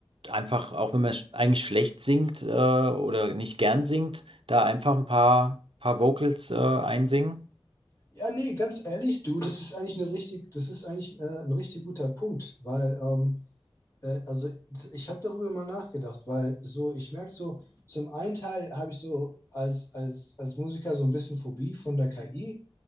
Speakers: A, on the right; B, on the left.
A: einfach, auch wenn man sch eigentlich schlecht singt äh, oder nicht gern singt, da einfach ein paar, paar Vocals äh, einsingen?
B: Ja, nee, ganz ehrlich, du, das ist eigentlich eine richtig, das ist eigentlich äh, ein richtig guter Punkt, weil ähm, Äh, also ich habe darüber mal nachgedacht, weil so, ich merke so, zum einen Teil habe ich so als, als, als Musiker so ein bisschen Phobie von der KI,